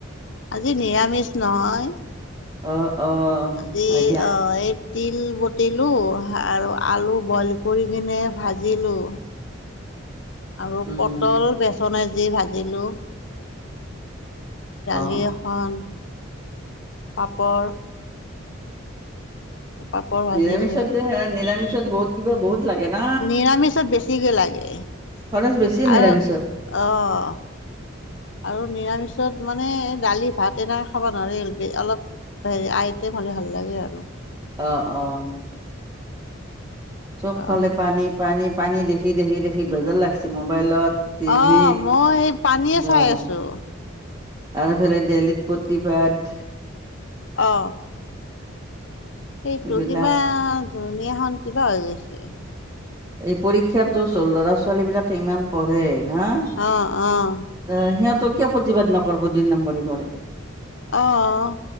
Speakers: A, on the left (about 60°); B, on the right (about 20°).
A: আজি নিৰামিষ নহয়
B: অ অ
A: আজি
B: হয় দিয়া
A: অ এই- তিল বতিলোঁ আৰু আলু বইল কৰি কিনে ভাজিলোঁ। আৰু
B: উম
A: পটল বেচনেদি ভাজিলোঁ। দালি
B: অ
A: এখন পাপৰ। পাপৰ- ভাজিলো
B: নিৰামিষতে হে নিৰামিষত বহুত কিবা বহুত লাগে। না
A: নিৰামিষত বেছিকে লাগে
B: খৰচ বেছি নিৰামিষত
A: আৰু অহ। আৰু নিৰামিষত মানে দালি ভাত এনেকে খাব নোৱৰি অলপ- হেৰি আইতেম হলে ভাল ভাল লাগে আৰু।
B: অঁ অঁ' চবফালে
A: অলপ
B: পানী পানী পানী দেখি দেখি দেখি বেজাৰ লাগিছে মোবাইলত। টিভিত
A: অঁ' মই সেই পানীয়ে
B: বা
A: চাই আছোঁ।
B: আৰু ইফালে দেল্লীত প্ৰতিবাদ।
A: অ' সেইটো
B: এইবিলাক
A: কিবা দুনীয়াখন কিবা হৈ গৈছে।
B: এই পৰীক্ষাতো
A: ভাবিলে
B: চ ল'ৰা ছোৱালী বিলাকে ইমান পঢ়ে হাঁ।
A: অঁ অঁ'
B: এ সিহঁতক কিয় প্ৰতিবাদ নকৰৰিব দুই নম্বৰি কৰে।
A: অঁ'